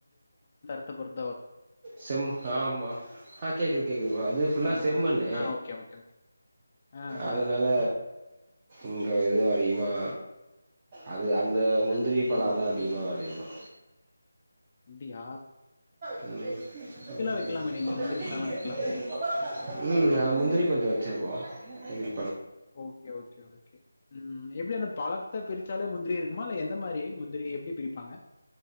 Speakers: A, on the left (about 25°); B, on the right (about 20°).
A: த்த பொறுத்
B: செம் ஆமா ஆ கேக்குது கேக்குதுங் அது ஃபுல்லா
A: ஆ,
B: செம்மண்ணு
A: ஆ. ஆ ஓகே, ஓகே, ஓகே. ஆ,
B: அதனால
A: ஆ.
B: இங்க எதுவு அதிகமா அது அந்த
A: வராது.
B: முந்திரி பழோ
A: ம்.
B: தா அதிகமாக வெளையுமா
A: அப்டியா
B: ம் ம் ம்
A: வைக்கலாமே நீங்க. முந்திரி பழம்லாம் வைக்கலாமே?
B: ம் அது முந்திரி கொஞ்சோ வச்சிருக்கோ இ
A: ஓகே ஓகே ஓகே ம் எப்டி அந்த பழத்த பிரிச்சாலே முந்திரி இருக்குமா இல்ல எந்த மாரி முந்திரி எப்டி பிரிப்பாங்க